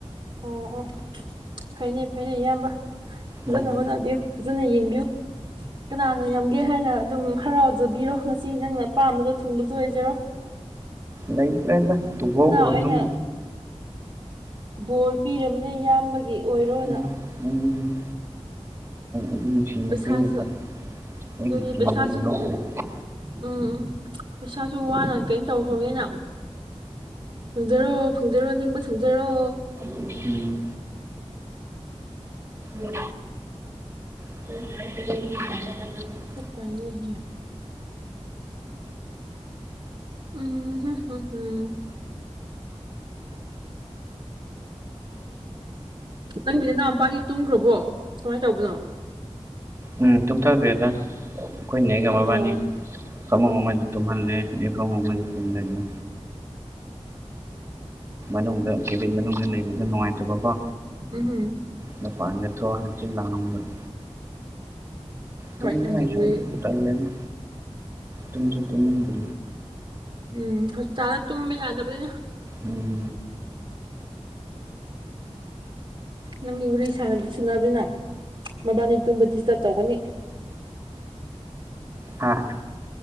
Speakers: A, on the right; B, on the right.
A: ꯑꯣ ꯑꯣ ꯐꯅꯦ ꯐꯅꯦ ꯏꯌꯥꯝꯕ ꯐꯖꯅ
B: ꯎꯝ
A: ꯍꯣꯠꯅꯕꯤꯌꯨ ꯐꯖꯅ ꯌꯦꯡꯕꯤꯌꯨ ꯀꯅꯥꯅ ꯌꯥꯝꯝꯒꯦ ꯍꯥꯏꯅ ꯑꯗꯨꯝ ꯍꯔꯥꯎꯖꯕꯤꯔꯣ ꯉꯁꯤ ꯅꯪꯅ ꯑꯄꯥꯝꯕꯗꯣ ꯊꯨꯡꯕꯁꯨ ꯑꯣꯏꯖꯔꯣ
B: ꯂꯩꯇ꯭ꯔꯦꯗ ꯇꯨꯍꯧꯈ꯭ꯔꯕ
A: ꯅꯅꯥꯎ ꯑꯩꯅ
B: ꯗꯨꯝ
A: ꯕꯣꯔ ꯄꯤꯔꯕꯅ ꯏꯌꯥꯝꯕꯒꯤ ꯑꯣꯏꯔꯣꯅ
B: ꯎꯝ ꯎꯝ ꯁꯤꯡ
A: ꯄꯩꯁꯥꯁꯨ
B: ꯅꯨ ꯄ
A: ꯑꯗꯨꯅꯤ ꯄꯩꯁꯥꯁꯨ
B: ꯑꯩꯒꯤ
A: ꯎꯝ ꯎꯝ ꯄꯩꯁꯥꯁꯨ ꯋꯥꯅ ꯀꯩꯅꯣ ꯇꯧꯈ꯭ꯔꯒꯦꯅ ꯐꯪꯖꯔꯣ ꯐꯪꯖꯔꯣ ꯅꯤꯡꯕ ꯊꯨꯡꯖꯔꯣ
B: ꯎꯝ ꯎꯝ <inaudible>
A: ꯀꯔꯤꯒꯤ ꯎꯝꯝ ꯍꯝ ꯅꯪꯗꯤ ꯅꯪ ꯃꯄꯥꯗꯤ ꯇꯨꯝꯈ꯭ꯔꯕꯣ ꯀꯃꯥꯏꯅ ꯇꯧꯕꯅꯣ
B: ꯎꯝ ꯇꯨꯝꯊꯈ꯭ꯔꯦꯗ ꯑꯩꯈꯣꯏꯅꯦꯒ ꯃꯕꯥꯅꯤ
A: ꯑꯣ
B: ꯐꯃꯨꯡ ꯑꯃꯁꯨ ꯇꯨꯝꯍꯜꯂꯦ ꯑꯩ ꯐꯃꯨꯡ ꯑꯃꯁꯨ ꯇꯨꯝ ꯂꯩꯅꯤ ꯃꯅꯨꯡꯗ ꯀꯦꯕꯤꯟ ꯃꯅꯨꯡꯗ ꯂꯩꯕꯗꯣ ꯅꯨꯡꯉꯥꯏꯇꯕꯀꯣ
A: ꯎꯝ ꯍꯝ
B: ꯃꯄꯥꯟꯗ ꯊꯣꯛꯑꯒ ꯍꯪꯆꯤꯠ ꯂꯥꯡꯉꯝꯕꯅꯤ ꯇꯨꯝꯕꯁꯨ
A: ꯍꯣꯏ ꯅꯪꯗꯤ ꯋꯥꯔꯤ
B: ꯇꯜꯂꯦꯗ ꯇꯨꯝꯁꯨ ꯇꯨꯝꯅꯤꯡꯗꯦ
A: ꯎꯝ ꯍꯧꯖꯤꯛꯀꯥꯟ ꯇꯨꯝꯕ ꯌꯥꯗꯕꯅꯤꯅ
B: ꯎꯝ
A: ꯅꯪꯒꯤ ꯋꯥꯔꯤ ꯁꯥꯅꯕꯅꯤꯅ ꯃꯕꯥꯅꯤ ꯇꯨꯝꯕ ꯗꯤꯁꯇꯔꯕ ꯇꯧꯒꯅꯤ
B: ꯑꯥ